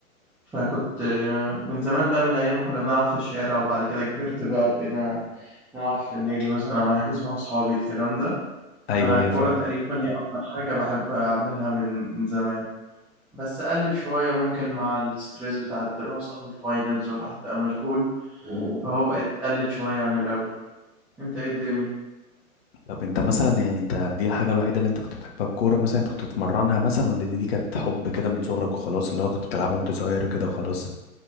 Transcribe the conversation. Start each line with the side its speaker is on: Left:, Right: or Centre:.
Centre: فكنت آه، من زمان بقى من ايام ما كنا بنلعب في الشارع وبعد كده كبرت بقى بقينا نلعب في النادي مثلا او نحجز مع اصحابي الكلام ده
Left: ايوه
Centre: فانا
Left: ايوه
Centre: الكوره
Left: فاهم
Centre: تقريبا هي اكتر حاجه بحب اعملها من من زمان بس قلت شويه ممكن مع الاسترس بتاع الدراسه والفاينلز والواحد بقى مشغول فهو بقت قلت شويه عن الاول انت ايه الدنيا
Left: طب انت مثلا يعني انت دي الحاجه الوحيده اللي انت كنت بتحبها الكوره مثلا انت كنت بتمرنها مثلا ولا دي, دي كانت حب كده من صغرك وخلاص اللي هو كنت بتلعبها وانت صغير كده وخلاص